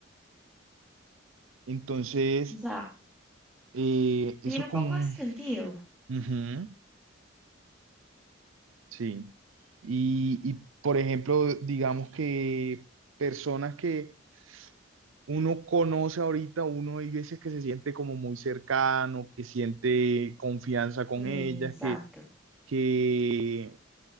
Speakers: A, on the right; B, in the centre.
A: Entonces,
B: O sea,
A: Eh, eso
B: Tiene
A: es
B: un
A: como
B: poco
A: un...
B: de sentido.
A: Ujú, sí. Y, y, por ejemplo, digamos que personas que uno conoce ahorita, uno hay veces que se siente como muy cercano, que siente confianza con
B: Mm,
A: ellas,
B: Exacto.
A: que, que